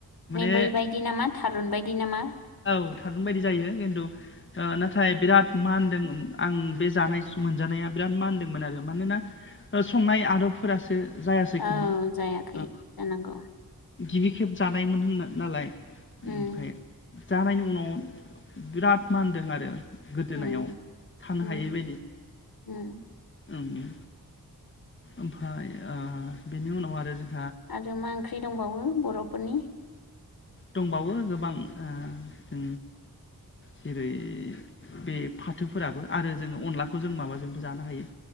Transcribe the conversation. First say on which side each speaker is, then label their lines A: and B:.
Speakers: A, on the left; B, on the left.
A: माने
B: बैबायदि नामा थारुन बायदि नामा
A: औ थारुन बायदि जायो खिन्थु ओ नाथाय बिराद बिराद मानदों आं बे जानाय मोनजानाया बिराद मानदोंमोन आरो मानोना ओ संनाय आदबफोरासो जायासै
B: औ
A: खोमा
B: जायाखै
A: ओ
B: जानांगौ
A: गिबि खेब जानायमोन होनो नालाय ओमफ्राय
B: उम
A: जानायनि उनाव बिराद मानदों आरो गोदोनायाव
B: उम
A: थानो
B: उम
A: हायैबायदि
B: उम
A: उम उम ओमफ्राय ओ बेनि उनाव आरो जों
B: आरो मा ओंख्रि दंबावो बर'फोरनि
A: दंबावो गोबां ओ ओ जेरै बे फाथोफोराबो आरो जोङो अनलाखौ जों माबाजोंबो जानो हायो